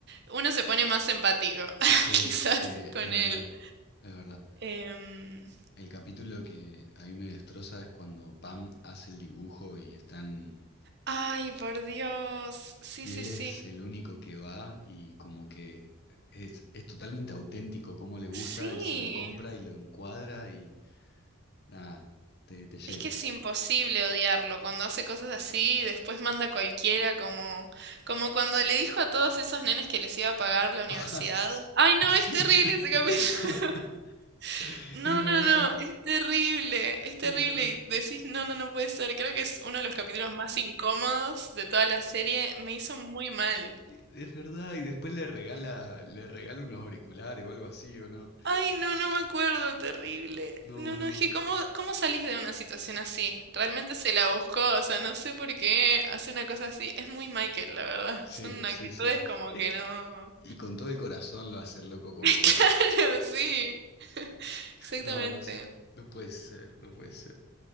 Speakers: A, on the right; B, on the left.
A: Uno se pone más empático, <laughs>
B: Sí,
A: quizás,
B: sí,
A: con
B: es
A: él.
B: verdad, es verdad.
A: Em,
B: El capítulo que a mí me destroza es cuando Pam hace el dibujo y están
A: ay, por Dios. Sí,
B: Y
A: sí,
B: él
A: sí.
B: es el único que va y como que es, es totalmente auténtico, como le gusta
A: Sí.
B: y se lo compra y lo encuadra y nada, te, te llena.
A: Es que es imposible odiarlo. Cuando hace cosas así, después manda a cualquiera como, como cuando le dijo a todos esos nenes que les iba a pagar la universidad.
B: <laughs>
A: Ay, no, es terrible ese capítulo. <laughs> No,
B: Es
A: no,
B: verdad,
A: no, es terrible, es terrible.
B: es verdad,
A: Y decís, no, no, no puede ser. Creo que es uno de los capítulos más incómodos de toda la serie. Me hizo muy mal.
B: es verdad. Y después le regala, le regala unos auriculares o algo así, ¿o no?
A: Ay, no, no me acuerdo, terrible.
B: No,
A: No,
B: no.
A: no, es que ¿cómo, cómo salís de una situación así? Realmente se la buscó, o sea, no sé por qué hace una cosa así. Es muy Michael, la verdad.
B: Sí,
A: Son
B: sí,
A: actitudes
B: sí.
A: como
B: Es
A: que
B: que,
A: no...
B: y con todo el corazón lo hace el loco como...
A: <laughs> Claro, sí, exactamente.
B: No, no, se- no puede ser, no puede ser.